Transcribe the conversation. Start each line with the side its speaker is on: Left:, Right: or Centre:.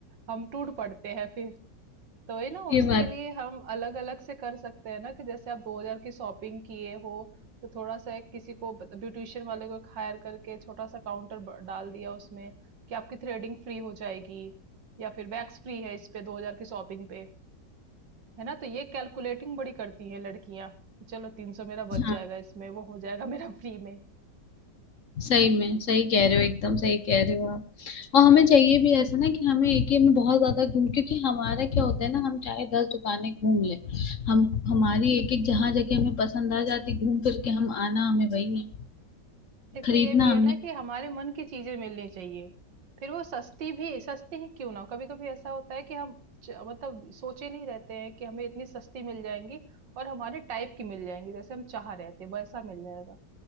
Right: हम टूट पड़ते हैं फिर। तो वही ना
Left: ये
Right: उसके
Left: बात
Right: लिए हम अलग-अलग से कर सकते हैं ना कि जैसे आप 2000 की शॉपिंग किए हो तो थोड़ा-सा एक किसी को ब ब्यूटीशियन वाले को हायर करके छोटा-सा काउंटर ब डाल दिया उसमें कि आपकी थ्रेडिंग फ्री हो जाएगी या फिर वैक्स फ्री है इस पे 2000 की शॉपिंग पे। है ना तो ये कैलकुलेटिंग बड़ी करती है लड़कियां कि चलो तीन सौ मेरा बच
Left: हाँ
Right: जाएगा इसमें वो हो जाएगा मेरा फ्री में
Left: सही में सही कह रहे हो एकदम सही कह रहे हो आप और हमें चाहिए भी ऐसा ना कि हमें एक ही में बहुत ज्यादा घूम क्योंकि हमारा क्या होता है ना हम चाहे दस दुकानें घूम ले हम हमारी एक एक जहाँ जगह हमें पसंद आ जाती घूम फिर के हम आना हमें वही है
Right: एक
Left: खरीदना
Right: तो ये भी है ना कि हमारे मन की चीजें मिलनी चाहिए फिर वो सस्ती भी सस्ती ही क्यों ना हो। कभी कभी ऐसा होता है कि हम ज- मतलब सोचे नहीं रहते हैं कि हमें इतनी सस्ती मिल जाएंगी और हमारे टाइप की मिल जाएंगी जैसे हम चाह रहे थे वैसा मिल जाएगा